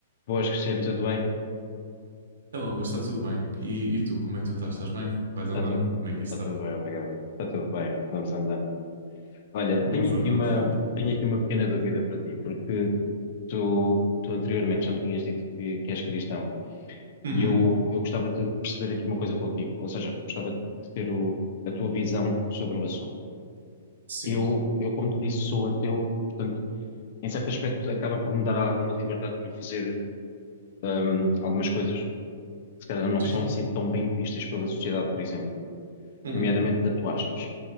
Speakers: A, on the left; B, on the right.
A: Boas, Cristiano, tudo bem?
B: Olá, Luís, está tudo bem? E, e tu, como é que tu estás? Estás bem? Vais andando?
A: Está tudo,
B: Como é que
A: está
B: isso
A: tudo
B: está?
A: bem, obrigado. Está tudo bem, vamos andando. Olha, tenho
B: Vamos
A: aqui
B: andando.
A: uma,
B: <laughs>
A: tenho aqui uma pequena dúvida para ti, porque tu, tu anteriormente já me tinhas dito que, que és cristão
B: Uhum.
A: e eu, eu gostava de perceber aqui uma coisa contigo, ou seja, gostava de ter o- a tua visão sobre o assunto.
B: Sim,
A: Eu, eu, como te disse, sou ateu, portanto, em certo aspecto, acaba por me dar alguma liberdade para eu fazer hum, algumas coisas que se calhar não
B: sim,
A: são
B: sim.
A: assim tão bem vistas pela sociedade, por exemplo,
B: Uhum.
A: nomeadamente tatuagens.